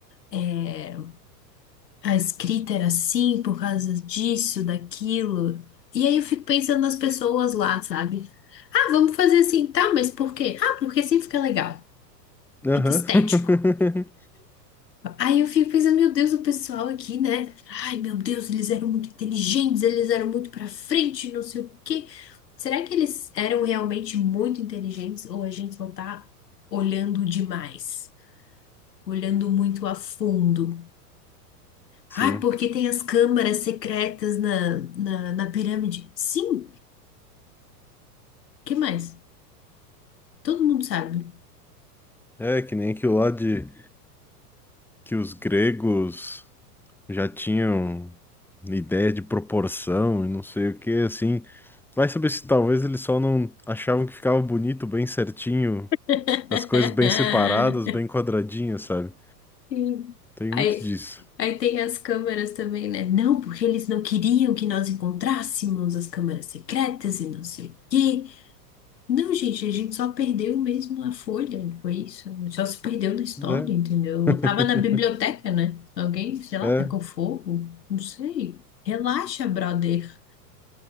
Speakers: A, on the left; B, in the centre.
A: é, a escrita era assim por causa disso, daquilo. E aí eu fico pensando nas pessoas lá, sabe? Ah, vamos fazer assim, tá, mas por quê? Ah, porque assim fica legal,
B: Aham.
A: fica estético.
B: <laughs>
A: Aí eu fico pensando, meu Deus, o pessoal aqui, né? Ai, meu Deus, eles eram muito inteligentes, eles eram muito pra frente, não sei o quê. Será que eles eram realmente muito inteligentes ou a gente só tá olhando demais, olhando muito a fundo?
B: Sim.
A: Ah, porque tem as câmaras secretas na, na, na pirâmide. Sim, que mais? Todo mundo sabe.
B: É que nem aquilo lá de que os gregos já tinham ideia de proporção e não sei o que, assim. Vai saber se talvez eles só não achavam que ficava bonito, bem certinho,
A: <laughs>
B: as coisas bem separadas, bem quadradinhas, sabe?
A: Sim.
B: Tem
A: Aí,
B: muito disso,
A: aí tem as câmeras também, né? Não, porque eles não queriam que nós encontrássemos as câmeras secretas e não sei o quê. Não, gente, a gente só perdeu mesmo a folha, né? foi isso. Só se perdeu na história,
B: né?
A: entendeu?
B: <laughs>
A: Eu tava na biblioteca, né? Alguém, sei lá,
B: É.
A: tacou fogo, não sei. Relaxa, brother.